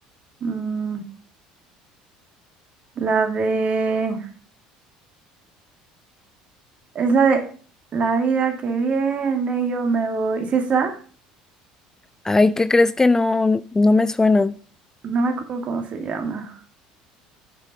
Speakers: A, on the right; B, on the left.
A: Mm, la de... Es la de La vida que viene, yo me voy. ¿Sí es esa?
B: Ay, ¿qué crees que no, no me suena?
A: No me acuerdo cómo se llama.